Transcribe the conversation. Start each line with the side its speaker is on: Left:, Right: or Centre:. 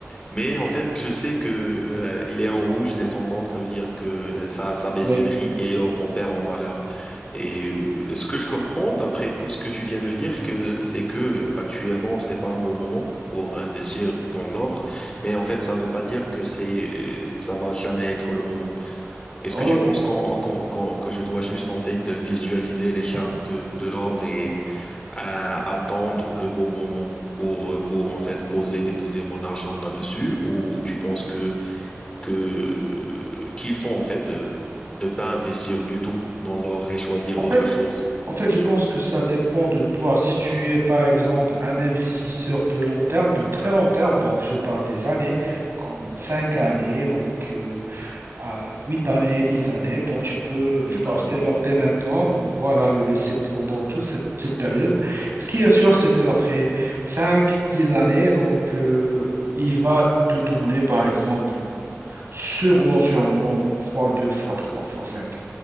Left: Mais en fait, je sais que euh, il est en rouge descendant, ça veut dire que euh, ça, ça baisse
Right: oui.
Left: du prix et l'or on perd en valeur. Et euh, ce que je comprends d'après tout ce que tu viens de dire, que c'est que euh, actuellement c'est pas un bon moment pour investir dans l'or, mais en fait ça veut pas dire que c'est euh, ça va jamais être le moment. Est-ce
Right: Oui,
Left: que tu
Right: oui.
Left: penses qu'en- qu'en- qu'en- que je dois juste en fait visualiser les chartes de, de l'or à attendre le bon moment pour, euh, pour en fait poser, déposer mon argent là-dessus, ou tu penses que, que euh, qu'il faut en fait euh, ne pas investir du tout dans l'or et choisir
Right: En
Left: d'autres
Right: fait,
Left: choses?
Right: en fait, je pense que ça dépend de toi. Si tu es, par exemple, un investisseur de long terme, de très long terme, donc je parle des années, comme cinq années, donc euh, à 8 années, 10 années. Donc, tu peux,
Left: D'accord,
Right: tu peux acheter l'or dès maintenant, voilà, le laisser pendant toute cette, cette période. Ce qui est sûr, c'est qu'après 5 10 années, donc, euh, il va te donner, par exemple, sûrement, sûrement, fois 2 fois 3 fois cinq